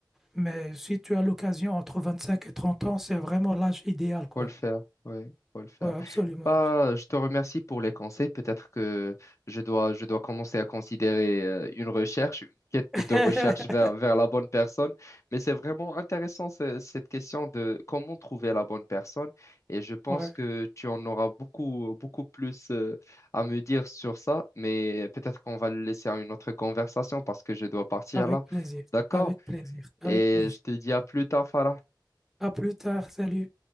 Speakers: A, in the centre; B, on the left (about 40°).
A: Mais si tu as l'occasion entre 25 et 30 ans, c'est vraiment l'âge idéal, quoi.
B: Faut le faire, oui, faut le faire.
A: Oui, absolument,
B: Bah,
A: absolument.
B: je te remercie pour les conseils. Peut-être que je dois, je dois commencer à considérer euh, une recherche, une quête
A: <laughs>
B: de recherche vers, vers la bonne personne. Mais c'est vraiment intéressant ce- cette question de comment trouver la bonne personne. Et je pense
A: Ouais,
B: que tu en auras beaucoup, beaucoup plus euh, à me dire sur ça. Mais peut-être qu'on va le laisser à une autre conversation parce que je dois partir
A: avec
B: là.
A: plaisir,
B: D'accord?
A: avec plaisir, avec
B: Et
A: plaisir.
B: je te dis à plus tard, Farah.
A: À plus tard, salut.